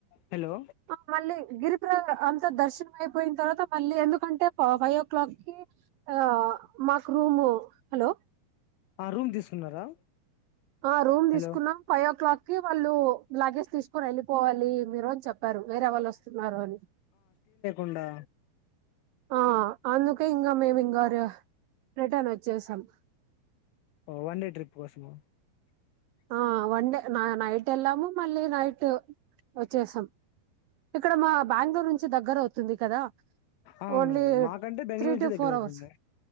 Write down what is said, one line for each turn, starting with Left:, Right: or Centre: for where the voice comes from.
Left: హలో
Right: ఆ మళ్ళీ గిరి ఆ అంత దర్శనం అయిపోయిన్ తర్వాత మళ్ళీ ఎందుకంటే ఫైవ్ ఓ క్లాక్ కి ఆ మాకు రూము హలో
Left: ఆ రూమ్ తీసుకున్నారా?
Right: ఆ రూమ్ తీసుకున్నాం
Left: హలో
Right: ఫైవ్ ఓ క్లాక్కి వాళ్ళు లగేజ్ తీసుకొని వెళ్ళిపోవాలి మీరు అని చెప్ చెప్పారు వేరే ఎవళ్ళు వస్తున్నారు అని
Left: ఉండా
Right: ఆ అందుకే ఇంగ మేము ఇంగ రే రిటర్న్ వచ్చేేశాం
Left: ఓ వన్ డే ట్రిప్ కోసము
Right: ఆ వన్ డే నైట్ ఎళ్ళాము మళ్ళీ నైట్ వచ్చేసాం ఇక్కడ మా బెంగళూరు నుంచి దగ్గర అవుతుంది కదా
Left: అవునండి
Right: ఓన్లీ
Left: మాకంటే బెంగళూరు
Right: త్రీ
Left: నుంచి
Right: టు
Left: దగ్గర
Right: ఫోర్
Left: అవుతుంది
Right: అవర్స్